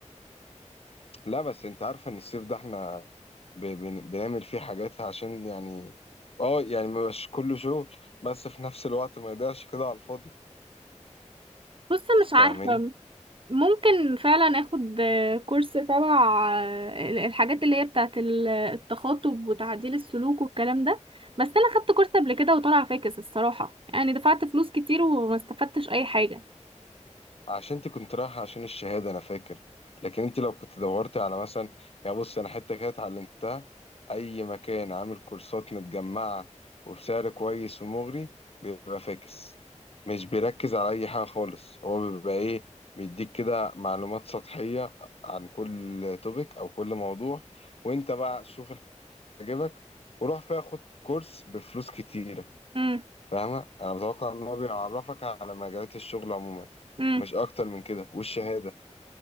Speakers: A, on the left; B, on the right.
A: لا بس انت عارفه ان الصيف ده احنا ب- بن- بنعمل فيه حاجات عشان يعني اه يعني مبقاش كله شغل بس في نفس الوقت ما يضيعش كده على الفاضي
B: بص مش عارفه
A: فاهماني
B: ممكن فعلا اخد آه، كورس تبع آه، الحاجات اللي هي بتاعه ال- التخاطب وتعديل السلوك والكلام ده بس انا خدت كورس قبل كده وطلع فاكس الصراحة يعني دفعت فلوس كتير وما استفدتش اي حاجة
A: عشان انت كنت رايحة عشان الشهادة انا فاكر لكن انت لو كنت دورتي على مثلا يعني بص انا حتة كده اتعلمتها اي مكان عامل كورسات متجمعة وبسعر كويس ومغري بيبقى فاكس مش بيركز على اي حاجة خالص هو بيبقى ايه بيديك كده معلومات سطحية عن كل توبيك او كل موضوع وانت بقى شوف اللي عجبك وروح فيها خد كورس بفلوس كتيرة
B: امم
A: فاهمة أنا متوقع إن هو بيعرفك على مجالات الشغل عموما
B: امم
A: مش أكتر من كده والشهادة